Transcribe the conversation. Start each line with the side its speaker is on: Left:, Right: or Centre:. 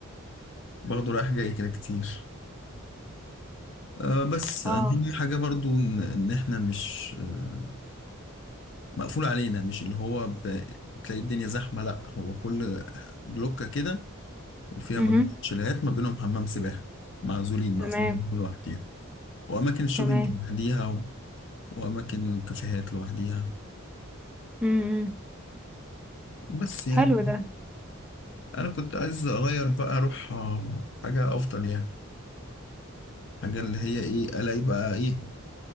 Left: وباخده رايح جاي كده كتير أه بس
Centre: اه
Left: أهم حاجة برضو إن إن إحنا مش آه، مقفول علينا مش اللي هو ب- تلاقي الدنيا زحمة لأ هو كل بلوكة كده وفيها
Centre: امم
Left: مجموعة شاليهات ما بينهم حمام سباحة معزولين مقفولين
Centre: تمام
Left: كل واحد فيهم وأماكن الشوبينج
Centre: تمام
Left: لوحديها و... وأماكن الكافيهات لوحديها
Centre: امم
Left: بس يعني
Centre: حلو ده
Left: أنا كنت عايز أغير بقى أروح آه، حاجة أفضل يعني حاجة اللي هي إيه ألاقي بقى إيه